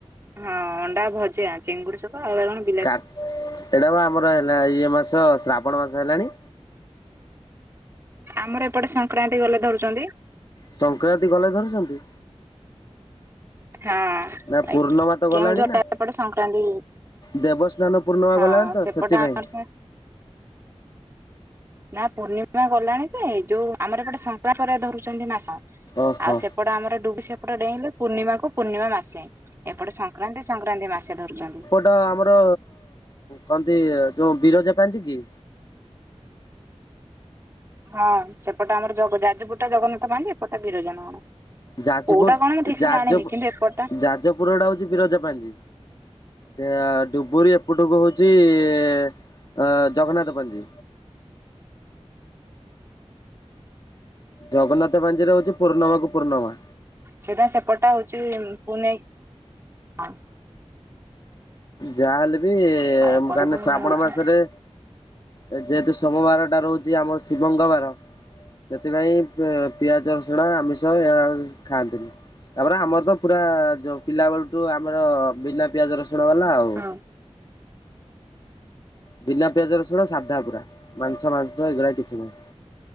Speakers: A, on the right; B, on the left.
A: ହଁ ଅଣ୍ଡା ଭଜା ଚିଙ୍ଗୁଡି ଶୁଖୁଆ ଆଉ କଣ?
B: କା ଏଇଟା ବା ଆମର ହେଲା ଇଏ ମାସ ଶ୍ରାବଣ ମାସ ହେଲାଣି।
A: ଆମର ଏପଟେ ସଂକ୍ରାନ୍ତି ଗଲେ ଧରୁଚନ୍ତି।
B: ସଂକ୍ରାନ୍ତି ଗଲେ ଧରୁଛନ୍ତି।
A: ହଁ
B: ନା ପୂର୍ଣ୍ଣମା
A: ଆଜ୍ଞା
B: ତ ଗଲାଣି
A: କେଉଁଝର
B: ନା
A: ଟା ଏପଟେ ସଂକ୍ରାନ୍ତି
B: ଦେବସ୍ନାନ ପୂର୍ଣ୍ଣିମା
A: ହଁ
B: ଗଲାଣି ତ
A: ସେପଟେ
B: ସେଥିପାଇଁ।
A: ଆମର ସେ ନା ପୂର୍ଣ୍ଣିମା ଗଲାଣି ସେ ଯୋଉ ଆମର ଏପଟେ ସଂକ୍ରାନ୍ତି ପରେ ଧରୁଛନ୍ତି ମାସ।
B: ଓହୋ।
A: ଆଉ ସେପଟ ଆମର ଡୁବୁରୀ ସେପଟ ଡେଇଁଲେ ପୂର୍ଣିମାକୁ ପୂର୍ଣ୍ଣିମା ମାସେ। ଏପଟେ ସଂକ୍ରାନ୍ତି ସଂକ୍ରାନ୍ତି ମାସେ ଧରୁଛନ୍ତି।
B: ଏଇତ ଆମର କହନ୍ତି ଯୋଉ ବିରଜା ପାଞ୍ଜି କି
A: ହଁ ସେପଟ ଆମର ଜଗ ଯାଜପୁରଟା ଜଗନ୍ନାଥ ପାଞ୍ଜି ଏପଟ ଟା ବିରଜା ନା କଣ।
B: ଯାଜପୁର
A: କୋଉଟା କଣ ମୁଁ ଠିକ
B: ଯାଜପୁ
A: ସେ ଜାଣିନି କିନ୍ତୁ ଏପଟ ଟା।
B: ଯାଜପୁରଟା ହଉଛି ବିରଜା ପାାଞ୍ଜି ଡେ ଆ ଡୁବରି। ଏପଟୁକୁ ହଉଛି ଏ ଆ ଜଗନ୍ନାଥ ପାଞ୍ଜି। ଜଗନ୍ନାଥ ପାଞ୍ଜିରେ ହଉଛି ପୂର୍ଣ୍ଣମା କୁ ପୂର୍ଣ୍ଣିମା।
A: ସେଟା ସେପଟା ହଉଛି ପୁନେଇଁ ହଁ
B: ଯା ହେଲେ ବି
A: ଏପଟକୁ
B: ମୁ ଗା ନେ ଶ୍ରାବଣ
A: ହଉଛି
B: ମାସରେ। ଯେହେତୁ ସୋମବାର ଟା ରହୁଛି ଆମର ଶିବଙ୍ଗ ବାର। ସେଥିପାଇଁ ପି-ପିଆଜ ରସୁଣ ଆମିଷ ଏରା ଖାଆନ୍ତିନି। ତାପରେ ଆମର ତ ପୁରା ଯୋଉ ପିଲା ବେଳୁଠୁ ଆମର ବିନା ପିଆଜ ରସୁଣ ବାଲା ଆଉ।
A: ହୁଁ।
B: ବିନା ପିଆଜ ରସୁଣ ସାଧା ପୁରା ମାଂସ -ମାଂସ ଏଗୁାର କିଛି ନାହିଁ।